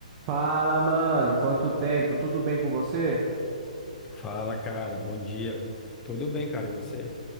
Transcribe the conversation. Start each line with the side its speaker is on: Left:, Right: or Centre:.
Right: Fala, mano, quanto tempo? Tudo bem com você?
Left: Fala, cara. Bom dia. Tudo bem, cara? E você?